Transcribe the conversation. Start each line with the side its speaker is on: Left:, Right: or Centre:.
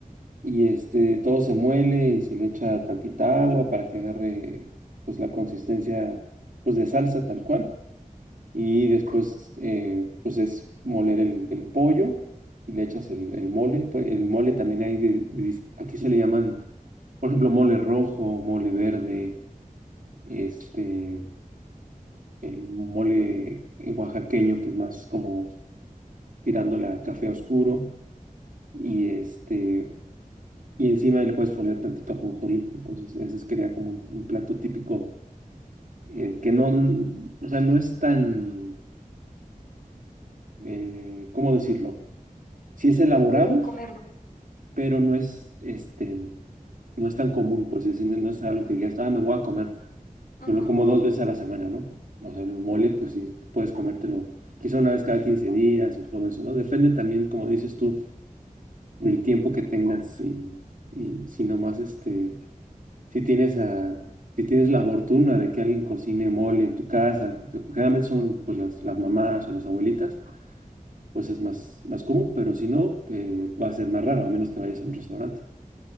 Right: y este, todo se muele y se le echa tantita agua para que agarre pues la consistencia pues de salsa tal cual y después eh, pues es moler el, el pollo y le echas el, el mole, pues, el mole también hay de, de dis- aquí se le llaman por ejemplo mole rojo, mole verde, este el mole eh, oaxaqueño que es más como tirando la café oscuro y este Y encima le puedes poner tantito ajonjolí. Entonces, ese sería como un, un plato típico eh, que no, n- o sea, no es tan, eh, ¿cómo decirlo? Sí es elaborado,
Left: Común comerlo.
Right: pero no es, este, no es tan común, pues es- no es algo
Left: Ujú,
Right: que digas, ah, me voy a comer,
Left: ujú.
Right: me lo como dos veces a la semana, ¿no? O sea, el mole, pues sí, puedes comértelo quizá una vez cada 15 días o todo eso, ¿no? Depende también, como dices tú, del tiempo que tengas y, y si nomás, este si tienes a, si tienes la fortuna de que alguien cocine mole en tu casa, que generalmente son pues las, las mamás o las abuelitas, pues es más, más común, pero si no, eh, va a ser más raro, a menos que vayas a un restaurante.